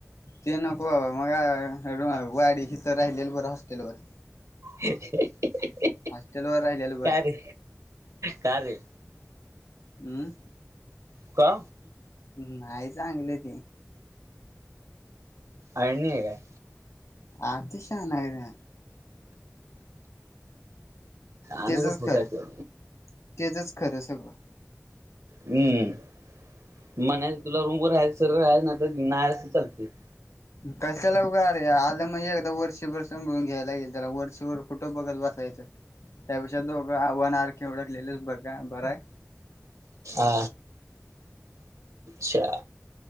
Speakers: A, on the left; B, on the right.
A: ते नको बाबा मग वाडी इथ राहिलेल बरं हॉस्टेल वर.
B: हा हा
A: हॉस्टेलवर राहिलेलं बरं.
B: का रे का रे?
A: हम्म.
B: का?
A: नाही चांगली ती.
B: अळणीय काय?
A: अतिशाना आहे र.
B: अन
A: तेजच
B: हो
A: खरं
B: काय तर
A: तेजज खरं सगळं.
B: हम्म म्हणायच तुला रुमवर राहायचं सरळ राहायचं नाही तर नाही आलास तरी चालतंय. <inaudible>
A: कशाला उग अरे आलं म्हणजे एकदा वर्षभर सांभाळून घ्यायला लागेल त्याला वर्षभर कुठ बघत बसायचं त्यापेक्षा दोघ आर वन आर के हुडकलेलेच बघा बराय.
B: आ च्छा.